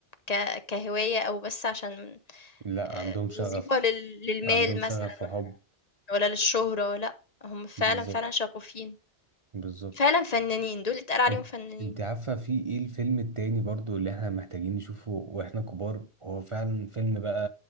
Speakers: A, on the left (about 40°); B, on the right (about 35°).
A: ك... كهواية أو بس عشان
B: لا
A: آه،
B: عندهم شغف
A: وظيفة لل... للمال
B: عندهم شغف
A: مثلا
B: وحب
A: ولا للشهرة لأ هم فعلا
B: بالظبط
A: فعلا شغوفين
B: بالظبط
A: فعلا فنانين دول اتقال عليهم
B: انت
A: فنانين
B: انت عارفه في ايه
A: مم.
B: الفيلم التاني برضو اللي احنا محتاجين نشوفه واحنا كبار هو فعلا فيلم بقى